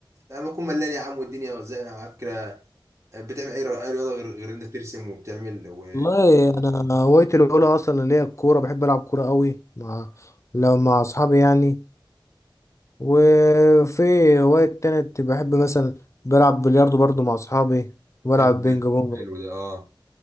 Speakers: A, on the right (about 35°); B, on the left (about 35°).
A: لما أكون ملان يا عم والدنيا زي معاك كده بتعمل أي رياضة أي رياضة غير غير انت ترسم وبتعمل و...
B: والله انا هوايتي الاولى اصلا اللي هي الكوره بحب العب كوره قوي مع لو مع اصحابي يعني وفي هوايه تانية بحب مثلا بلعب بلياردو برضو مع اصحابي وبلعب
A: حلو
B: بينج
A: ده
B: بونج
A: حلو ده اه